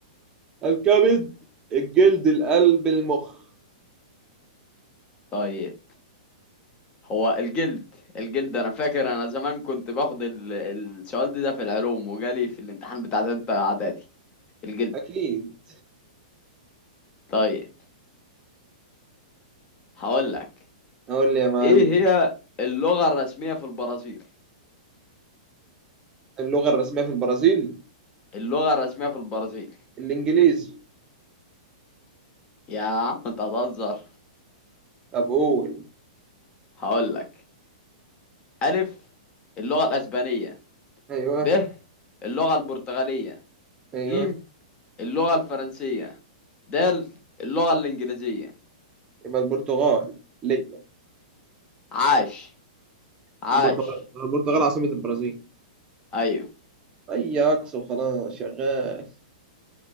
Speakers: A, on the right; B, on the left.
A: الكبد الجلد القلب المخ
B: طيب هو الجلد الجلد انا فاكر انا زمان كنت باخد ال- السؤال ده, ده في العلوم وجالي في الامتحان بتاع تالتة اعدادي الجلد
A: اكيد
B: طيب هقول لك
A: اقول لي يا معلم
B: ايه هي اللغة الرسمية في البرازيل
A: اللغة الرسمية في البرازيل
B: اللغة الرسمية في البرازيل
A: الانجليزي
B: يا عم انت هتهزر
A: طب قول
B: هقول لك الف اللغة الاسبانية
A: ايوه
B: ب اللغة البرتغالية
A: ايوه
B: ج اللغة الفرنسية دال اللغة الإنجليزية
A: يبقى البرتغال ليا
B: عاش عاش
A: مش البرتغال البرتغال عاصمة البرازيل
B: أيوه
A: اي عكس وخلاص شغال